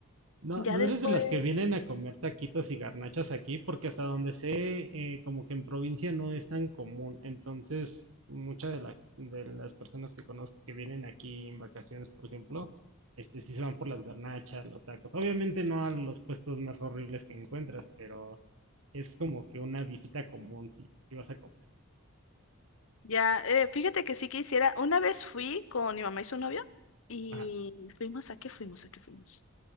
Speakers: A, on the right; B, on the left.
A: No,
B: Ya
A: no
B: después,
A: eres de las que vienen a comer taquitos y garnachas aquí, porque hasta donde sé, eh, como que en provincia no es tan común. Entonces, muchas de, la- de las personas que conozco que vienen aquí en vacaciones, por ejemplo, este, sí se van por las garnachas, los tacos. Obviamente no a los puestos más horribles que encuentras, pero es como que una visita común si, si vas a comer.
B: ya, eh, fíjate que sí que hiciera, una vez fui con mi mamá y su novio y
A: Ajá,
B: fuimos a qué fuimos, a qué fuimos.